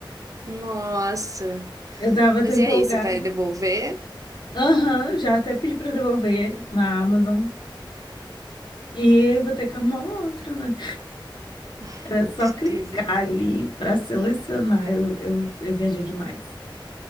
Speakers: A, on the right (about 40°); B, on the left (about 60°).
A: Nossa,
B: Eu tava
A: mas
B: tão empolgada.
A: e aí, você vai devolver?
B: Aham, já até pedi pra devolver na Amazon. E vou ter que arrumar outro, né?
A: Ai,
B: Era só
A: que tristeza.
B: clicar ali pra selecionar. Eu, eu, eu viajei demais.